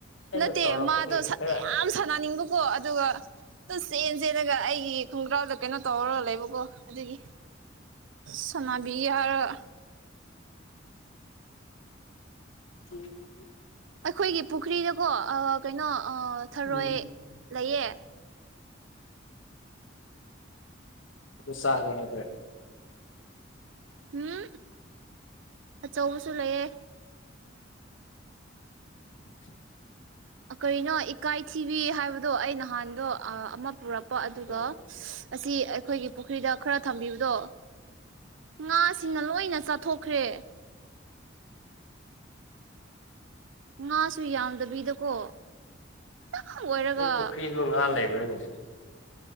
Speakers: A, on the left; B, on the right.
A: ꯑꯩꯅ
B: ꯅꯠꯇꯦ
A: ꯇꯧꯔꯛꯄꯒꯤ
B: ꯃꯥꯗꯣ ꯁꯅ
A: ꯈꯔ
B: ꯌꯥꯝ ꯁꯥꯟꯅꯅꯤꯡꯕꯀꯣ ꯑꯗꯨꯒ ꯑꯗꯨ ꯆꯦꯟ ꯆꯦꯟꯂꯒ ꯑꯩꯒꯤ ꯈꯣꯡꯒ꯭ꯔꯥꯎꯗ ꯀꯩꯅꯣ ꯇꯧꯔꯒ ꯂꯩꯕꯀꯣ ꯑꯗꯨꯒꯤ
A: <inaudible>
B: ꯁꯅꯥꯕꯤ ꯍꯥꯏꯔꯒ
A: ꯇꯨꯡ ꯇꯨꯡ
B: ꯑꯩꯈꯣꯏꯒꯤ ꯄꯨꯈ꯭ꯔꯤꯗꯀꯣ ꯑꯥ ꯀꯩꯅꯣ ꯑꯥ ꯊꯔꯣꯏ
A: ꯎꯝ
B: ꯂꯩꯌꯦ
A: ꯑꯗꯣ ꯆꯥꯒꯦ ꯍꯥꯏꯕ
B: ꯍꯨꯝ ꯑꯆꯧꯕꯁꯨ ꯂꯩꯌꯦ
A: <inaudible>
B: ꯀꯔꯤꯅꯣ ꯏꯀꯥꯏ ꯊꯤꯕꯤ ꯍꯥꯏꯕꯗꯣ ꯑꯩ ꯅꯍꯥꯟꯗꯣ ꯑꯥ ꯑꯃ ꯄꯨꯔꯛꯄ ꯑꯗꯨꯒ
A: ꯎꯝ
B: ꯑꯁꯤ ꯑꯩꯈꯣꯏꯒꯤ ꯄꯨꯈ꯭ꯔꯤꯗ ꯈꯔ ꯊꯝꯕꯤꯕꯗꯣ ꯉꯥꯁꯤꯅ ꯂꯣꯏꯅ ꯆꯥꯊꯣꯛꯈ꯭ꯔꯦ ꯉꯥꯁꯨ ꯌꯥꯝꯗꯕꯤꯗꯀꯣ ꯑꯣꯏꯔꯒ
A: ꯅꯣꯏ ꯄꯨꯈ꯭ꯔꯤꯕꯨ ꯉꯥ ꯂꯩꯕ꯭ꯔꯅꯦ